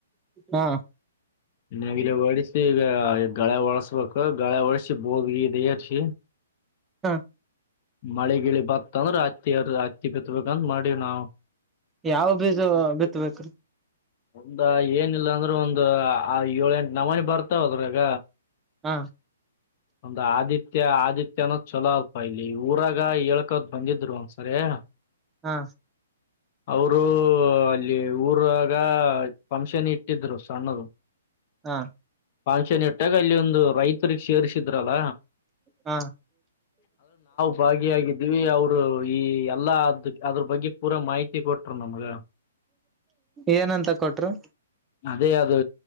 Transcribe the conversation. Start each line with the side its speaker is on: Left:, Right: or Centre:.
Right: ಹಾ
Left: <inaudible> ನೇಗಿಲೆ ಹೊಡಿಸಿ ಈಗ ಗಳೆ ಹೊಳಸ್ಬೇಕು ಗಾಳೆ ಹೊಡಸಿ ಬೋಗಿಲಿ ಇದು ಏರಿಸಿ.
Right: ಹಾ.
Left: ಮಳೆ ಗಿಳಿ ಬತ್ತಂದ್ರ ಅತ್ತಿ ಹತ್ತಿ ಬಿತ್ಬೇಕಂತ ಮಾಡೀವಿ ನಾವು.
Right: ಯಾವ ಬೀಜ ಬಿತ್ತಬೇಕು.
Left: ಒಂದ ಏನಿಲ್ಲ ಅಂದ್ರೆ ಒಂದು ಏಳ ಎಂಟು ನಾವಾಣಿ ಬರ್ತಾವ ಅದ್ರಗ.
Right: ಹಾ
Left: ಒಂದು ಆದಿತ್ಯ ಆದಿತ್ಯ ಅನ್ನೋದ್ ಚೊಲೋ ಅಲ್ಪ ಇಲ್ಲಿ ಊರಾಗ ಹೇಳ್ಕೋದ್ ಬಂದಿದ್ರು ಒಂದ್ಸರಿ. <inaudible>
Right: ಹಾ
Left: <inaudible> ಅವರು ಅಲ್ಲಿ ಊರಾಗ ಫಂಕ್ಷನ್ ಇಟ್ಟಿದ್ರು ಸಣ್ಣದು. <inaudible>
Right: ಹಾ
Left: ಫಂಕ್ಷನ್ ಇಟ್ಟಾಗ ಅಲ್ಲಿ ಒಂದು ರೈತರು ಸೇರ್ರಿಸಿದ್ರಲ್ಲ.
Right: ಹಾ
Left: ಭಾಗಿಯಾಗಿದ್ದೀವಿ ಅವರು ಈ ಎಲ್ಲಾ ಅದ ಅದ್ರ ಬಗ್ಗೆ ಪೂರಾ ಮಾಹಿತಿ ಕೊಟರು ನಮ್ಗ.
Right: ಏನಂತ ಕೊಟರು.
Left: ಅದೇ ಅದು